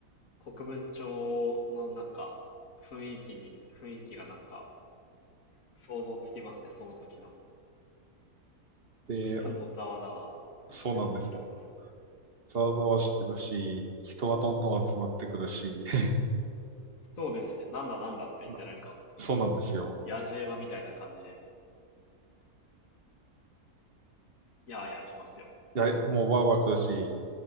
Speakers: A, on the left (about 60°); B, on the right (about 40°).
A: 国分町のなんか、雰囲気に、雰囲気がなんか、想像つきますね、その時の。
B: で、
A: まあいつもざわざわしてるんですけど、
B: そうなんですよ。ざわざわしてるし、人はどんどん集まってくるし、<laughs>
A: そうですね、なんだなんだって言ってなんか、
B: なそうなんですよ。
A: 野次馬みたいな感じで、やーやー来ますよね。
B: いや、もうわーわー来るし、